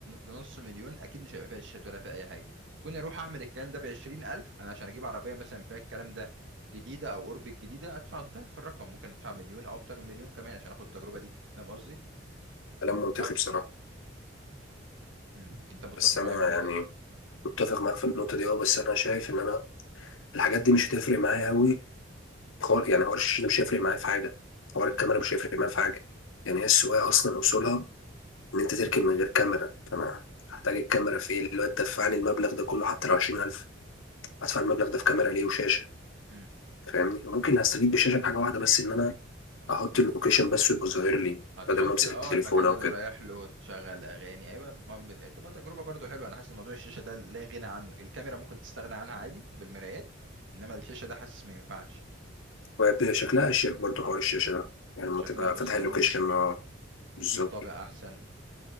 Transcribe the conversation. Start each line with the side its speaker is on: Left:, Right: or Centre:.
Right: بنص مليون اكيد مش هيبقى فيها شاشات ولا فيها اي حاجه كنت اروح اعمل الكلام ده بعشرين الف انا عشان اجيب عربيه مثلا فيها الكلام ده جديده او قرب الجديده ادفع الضعف في الرقم ممكن ادفع مليون او اكتر من مليون كمان عشان اخد التجربه دي فاهم قصدي
Left: كلام منطقي
Right: او
Left: بصراحه
Right: مم. انت متفق
Left: بس انا
Right: معايا في النقطه
Left: يعني
Right: دي
Left: متفق معاك في النقطه دي اه بس انا شايف ان انا الحاجات دي مش هتفرق معايا قوي خالص يعني حوار الشاشه ده مش هيفرق معايا في حاجه حوار الكاميرا
Right: مم.
Left: مش هيفرق معايا في حاجه يعني هي السواقه اصلا اصولها ان انت تركن من غير كاميرا فانا هحتاج الكاميرا في ايه دلوقتي دفعني المبلغ ده كله حتى لو 20000 هدفع المبلغ ده في كاميرا ليه وشاشه
Right: مم.
Left: فاهمني ممكن هستفيد بالشاشه بحاجه واحده بس ان انا احط اللوكيشن بس ويبقى ظاهر لي
Right: هتحط
Left: بدل ما امسك
Right: اه
Left: التليفون
Right: المكان
Left: او
Right: اللي
Left: كده
Right: رايح له تشغل اغاني ايوه ما- م- تبقى تجربه برضو حلوه انا حاسس إن موضوع الشاشه ده لا غنى عنه الكاميرا ممكن تستغنى عنها عادي بالمرايات انما الشاشه ده حاسس ما ينفعش
Left: وهي شكلها اشيك برضه حوار الشاشه ده يعني
Right: مم،
Left: لما
Right: شكلها
Left: تبقى
Right: في
Left: فاتح
Right: الصالون
Left: اللوكيشن اه
Right: يديك
Left: بالظبط
Right: طابع احسن